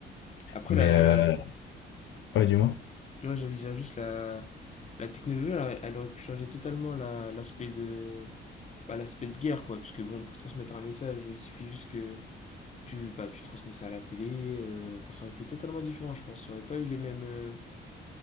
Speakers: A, on the left (about 35°); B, on the left (about 70°).
A: Après,
B: Mais,
A: la. la...
B: euh, ouais, dis-moi.
A: Non, j'allais dire juste la, la technologie, elle, aurait- elle aurait pu changer totalement la- l'aspect de. bah, l'aspect de guerre, quoi. Parce que bon, pour transmettre un message, il suffit juste que tu, bah, tu transmets ça à la télé. euh, Enfin, ça aurait été totalement différent, je pense. Ça aurait pas eu les mêmes. euh,